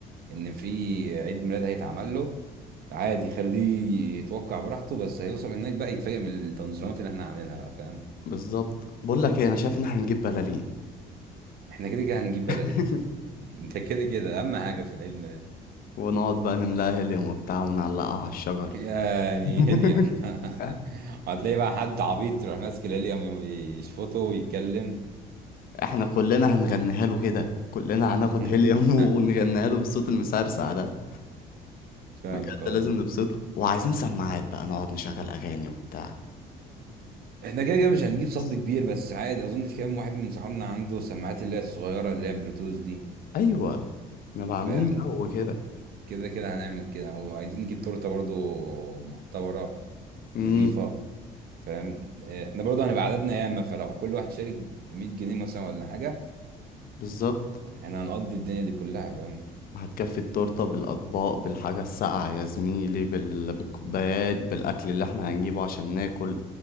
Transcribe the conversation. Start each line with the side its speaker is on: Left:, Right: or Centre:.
Right: ان في عيد ميلاد هيتعمل له عادي خليه يتوقع براحته بس هيوصل هناك بقى يتفاجئ من التنظيمات اللي احنا عاملينها بقى فاهم
Left: بالظبط بقول لك ايه انا شايف ان احنا نجيب بلالين
Right: احنا كده كده هنجيب بلالين
Left: <laughs>
Right: ده كده كده اهم حاجه في العيد ميلاد
Left: ونقعد بقى نملاها هيليوم وبتاع ونعلقها على الشجر
Right: يعني
Left: <laughs>
Right: هيليوم <laughs>
Left: ها؟
Right: هتلاقي بقى حد عبيط يروح ماسك الهيليوم يشفطه ويتكلم
Left: احنا كلنا هنغنيها له كده كلنا هناخد
Right: <laughs>
Left: هيليوم <laughs> ونغنيها له بالصوت المسرسع ده
Right: فاهمك
Left: بجد
Right: اه
Left: لازم نبسطه وعايزين سماعات بقى نقعد نشغل اغاني وبتاع
Right: احنا كده كده مش هنجيب
Left: Yes.
Right: صب كبير بس عادي اظن في كام واحد من صحابنا عنده سماعات اللي هي الصغيره اللي هي بلوتوث دي
Left: ايوه نبقى
Right: فاهم
Left: عاملين جو كده
Right: كده كده هنعمل كده وعايزين نجيب تورته برضو معتبره
Left: امم
Right: نظيفه فاهم آه، احنا برضه هنبقى عددنا ياما فلو كل واحد شارك ب 100 جنيه مثلا ولا حاجه
Left: بالظبط
Right: احنا هنقضي الدنيا دي كلها فاهم
Left: هتكفي التورتة بالأطباق بالحاجة الساقعة يا زميلي بال... بالكوبايات بالأكل اللي احنا هنجيبه عشان ناكل